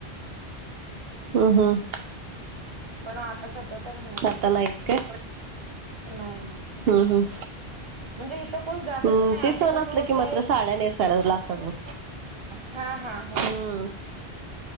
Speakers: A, on the right (about 70°); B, on the right (about 35°).
A: हम हम.
B: पण आता सध्या तर नाही गेले
A: आता नाहीच काय
B: नाही नाही
A: हम्म हम्.
B: म्हणजे इथं कोण जातच
A: हम्म
B: नाही आणि
A: ते सण
B: कसं
A: असलं
B: होतंय
A: कि मात्र साड्या नेसायलाच लागतात बघ.
B: हा हा होय.
A: हम्म